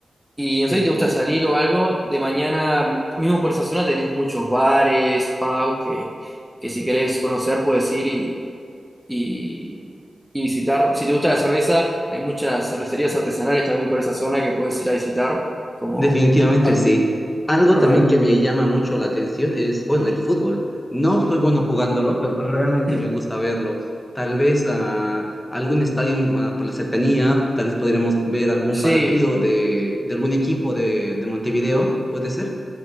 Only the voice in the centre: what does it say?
Y no
sé si te gusta
salir o algo, de mañana, mismo por esa zona tenés muchos bares, pubs, que, que si querés conocer puedes ir y, y, y visitar. Si te gusta la cerveza, hay muchas cervecerías artesanales también por esa zona que puedes ir a visitar, como
a
probar.
<laughs>
Sí,